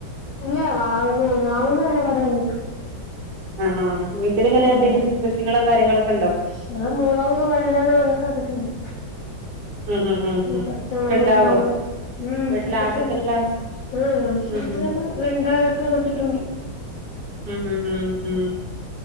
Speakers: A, on the left (about 85°); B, on the right (about 65°).
A: ഇല്ല വാങ്ങ് വാങ്ങൂന്നന്നെ കടേന്ന്
B: അഹ് ആഹ് വീട്ടിലിങ്ങനെ
A: എവടെ
B: എന്തെങ്കിലും
A: <unintelligible>
B: കൃഷി കൃഷികളും കാര്യങ്ങളൊക്കെ ഉണ്ടോ
A: മൊളവ് വഴുതന അതൊക്കെ നട്ടിട്ടൊണ്ട്
B: ഉം ഉം ഉം ഉം
A: പച്ചമുളക്
B: ഒക്കെ ഇണ്ടാവോ
A: ഉണ്ടമുളക് ഉം
B: വീട്ടിലെ
A: കൊഴപ്പൊല്ല
B: ആവശ്യത്തിനുള്ള
A: ആഹ് ആവശ്യത്തിനൊക്കെ
B: ഉം ഉം
A: വെണ്ട ഇതൊക്കെ നട്ടിട്ടൊണ്ട്
B: ഉ ഉ ഉ ഉ